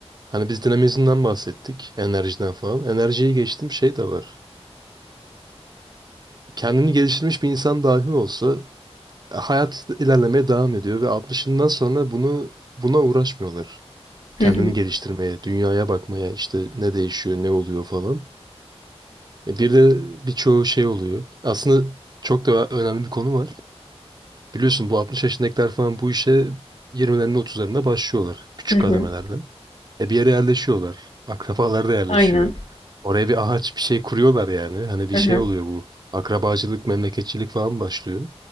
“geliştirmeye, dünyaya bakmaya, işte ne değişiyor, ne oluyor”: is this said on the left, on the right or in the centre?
Right